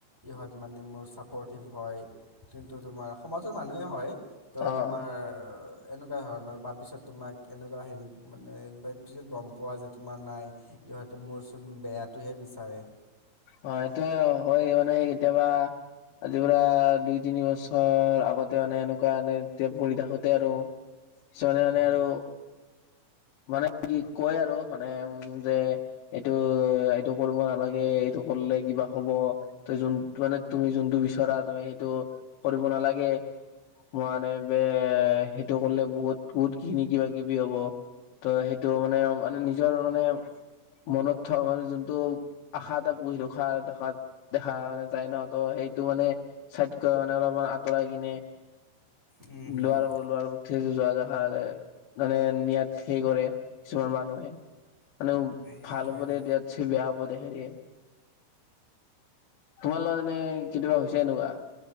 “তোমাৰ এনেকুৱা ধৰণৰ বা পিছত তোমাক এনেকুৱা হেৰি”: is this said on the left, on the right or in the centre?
Centre